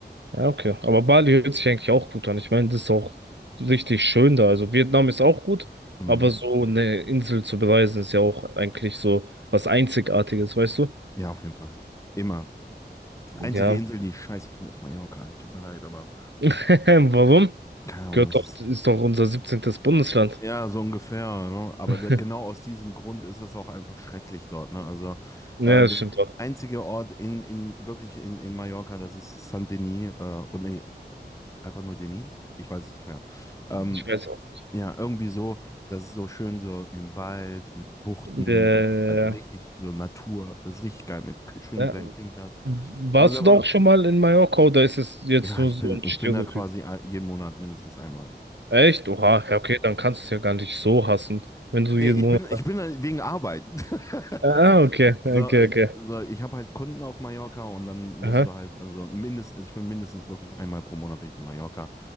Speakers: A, on the right (about 85°); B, on the left (about 15°).
A: Ja, okay. Aber Bali hört sich eigentlich auch gut an. Ich meine, das ist auch richtig schön da. Also Vietnam ist auch gut,
B: Mhm.
A: aber so eine Insel zu bereisen ist ja auch eigentlich so was Einzigartiges, weißt du?
B: Ja, auf jeden Fall. Immer.
A: Ja.
B: Einzige Insel, die ich scheiße finde, ist Mallorca. Ey, tut mir leid, aber
A: <laughs> Warum?
B: keine Ahnung,
A: Gehört
B: das
A: doch,
B: ist.
A: ist doch unser 17. Bundesland.
B: Ja, so ungefähr, ne? Aber
A: <laughs>
B: da, genau aus diesem Grund ist es auch einfach schrecklich dort, ne? Also
A: Ja,
B: äh,
A: das
B: das
A: stimmt doch.
B: einzige Ort in, in wirklich in, in Mallorca, das ist San Denis, äh, und nee, einfach nur Denis, ich weiß es nicht mehr. Ähm,
A: Ich weiß auch.
B: ja, irgendwie so, das ist so schön so im Wald mit Buchten
A: Äh,
B: und so, also richtig so Natur, das ist richtig geil mit k- schönen
A: ja,
B: kleinen Fincas.
A: Warst
B: Aber sag
A: du
B: mal,
A: da auch schon mal in Mallorca oder ist es jetzt
B: ja,
A: nur
B: ich
A: so
B: bin
A: ein
B: ich
A: Stereotyp?
B: bin da quasi a- jeden Monat mindestens einmal.
A: Echt? Oha, ja, okay, dann kannst du es ja gar nicht so hassen, wenn du
B: Nee,
A: jeden
B: ich
A: Monat.
B: bin, ich bin halt wegen Arbeit. <laughs>
A: Ah, ah, okay, okay,
B: So, äh,
A: okay.
B: so, ich habe halt Kunden auf Mallorca und dann musst
A: Aha.
B: du halt, also mindestens, also ich bin mindestens wirklich einmal pro Monat bin ich in Mallorca.